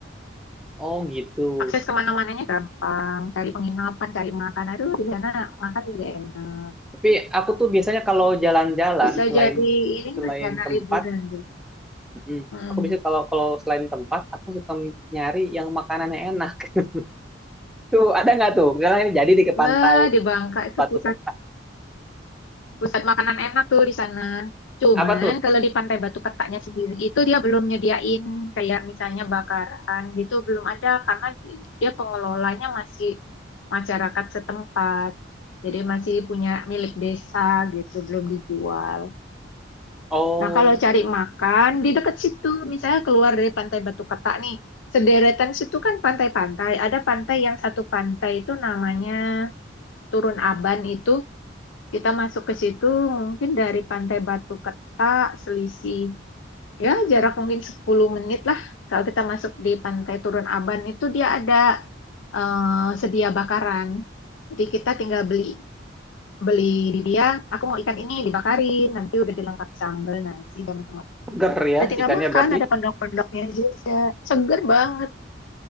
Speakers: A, in the centre; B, on the left.
A: Oh gitu.
B: Akses kemana-mananya gampang, cari penginapan, cari makan. Aduh, di sana makan juga enak.
A: Tapi aku tuh biasanya kalau jalan-jalan
B: Bisa
A: selain
B: jadi ini
A: selain
B: rencana
A: tempat,
B: liburan deh.
A: mm,
B: mm
A: aku biasanya kalau kalau selain tempat aku suka nyari yang makanannya enak. <laughs> Tuh ada nggak tuh? Misalnya ini jadi di ke pantai
B: Wah, di Bangka itu
A: Batu
B: pusat
A: Keta.
B: pusat makanan enak tuh di sana. Cuman
A: Apa tuh?
B: kalau di Pantai Batu Ketaknya sendiri itu dia belum nyediain kayak misalnya bakaran gitu belum ada karena dia pengelolanya masih masyarakat setempat. Jadi masih punya milik desa gitu, belum dijual.
A: Oh,
B: Nah, kalau cari makan
A: mm,
B: di dekat situ, misalnya keluar dari Pantai Batu ketak nih, sederetan situ kan pantai-pantai. Ada pantai yang satu pantai itu namanya Turun Aban itu. Kita masuk ke situ mungkin dari Pantai Batu ketak selisih ya jarak mungkin 10 menit lah. Kalau kita masuk di Pantai Turun Aban itu dia ada eh, sedia bakaran. Jadi kita tinggal beli beli di dia aku mau ikan ini dibakarin nanti udah dilengkapi sambal nasi dan teman-teman
A: seger ya
B: udah tinggal
A: ikannya
B: makan
A: berarti.
B: ada pendok-pendoknya juga seger banget